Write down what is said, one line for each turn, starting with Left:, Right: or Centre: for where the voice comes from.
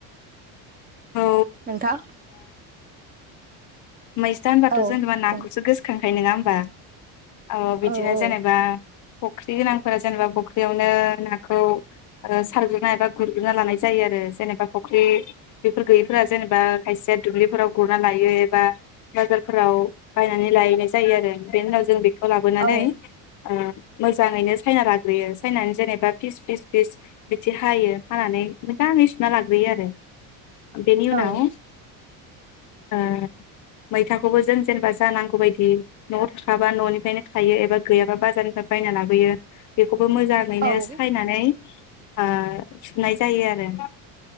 Left: औ
Right: नोंथां
Left: मैसा होनबाथ
Right: औ
Left: जेनेबा नाखौसो
Right: औ
Left: गोसोखांयो नोङा ओमबा? ओ बिदिनो
Right: औ औ
Left: जेनेबा फुख्रि गोनांफोरा जेनेबा फख्रियावनो नाखौ ओ सारग्रोना एबा गुरग्रोना लानाय जायो आरो जेनेबा फख्रि बेफोर गैयैफोरा जेनेबा खायसेया दुब्लिफोराव गुरना लायो एबा बाजारफोराव बायनानै लायैनाय जायो आरो बेनि उनाव जों बेख खौ लाबोनानै।
Right: औ
Left: ओ मोजाङैनो सायना लाग्रोयो सायनानै जेनेबा फिस फिस फिस बिदि हायो हानानै मोजाङै सुना लाग्रोयो आरो ओ बेनि उनाव
Right: औ
Left: ओ मैथाखौबो जों जेनेबा जानांगौ बायदि नआव थाखाबा ननिफ्रायनो थायो एबा गैयाबा बाजारनिफ्राय बायना लाबोयो बेफ बेखौबो मोजाङैनो
Right: औ
Left: सायनानै ओ सुनाय जायो आरो